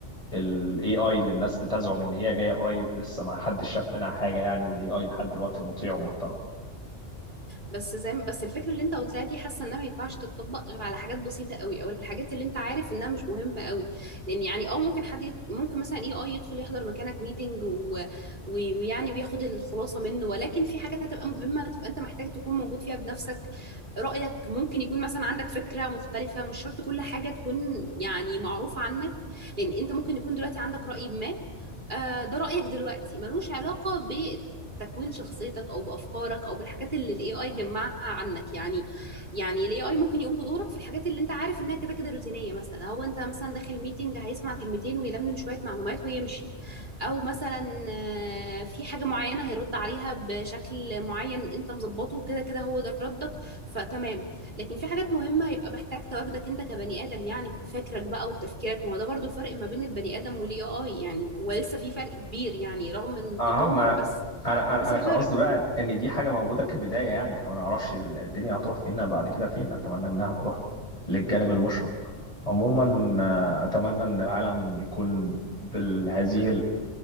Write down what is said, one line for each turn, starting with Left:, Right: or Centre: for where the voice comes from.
Left: ال AI اللي الناس بتزعم إن هي جاية قريب لسه ما حدش شاف منها حاجة يعني وال AI لحد دلوقتي
Right: مم.
Left: مطيع ومحترم
Right: بس زي ما بس الفكره اللي انت قلتها دي حاسه انها ما ينفعش تتطبق غير على حاجات بسيطه قوي او الحاجات اللي انت عارف انها مش مهمه قوي لان يعني اه ممكن حد يت... ممكن مثلا اي اي يدخل يحضر مكانك ميتنج و... و... ويعني وياخد الخلاصه منه ولكن في حاجات هتبقى مهمه تبقى انت محتاج تكون موجود فيها بنفسك رايك ممكن يكون مثلا عندك فكره مختلفه مش شرط كل حاجه تكون يعني معروفه عنك لان انت ممكن يكون دلوقتي عندك راي ما آه، ده رأيك دلوقتي ملوش علاقة تكوين شخصيتك او بافكارك او بالحاجات اللي الاي اي جمعها عنك يعني يعني الاي اي ممكن يقوم بدورك في الحاجات اللي انت عارف انها كده كده روتينيه مثلا هو انت مثلا داخل ميتنج هيسمع كلمتين ويلملم شويه معلومات ويمشي او مثلا آه، في حاجه معينه هيرد عليها بشكل معين انت مظبطه وكده كده هو ده ردك فتمام لكن في حاجات مهمه هيبقى محتاج تواجدك انت كبني ادم يعني بفكرك بقى وتفكيرك ما هو ده برضو الفرق ما بين البني ادم والاي اي يعني هو لسه في فرق كبير يعني رغم التطور
Left: أهم أنا
Right: بس
Left: أنا أنا
Right: بس
Left: أنا
Right: في
Left: كان
Right: فرق
Left: قصدي بقى إن دي حاجة موجودة كبداية يعني إحنا ما نعرفش الدنيا هتروح فينا بعد كده فين أتمنى إنها تروح للجانب المشرق عموما آه، أتمنى إن العالم يكون بهذه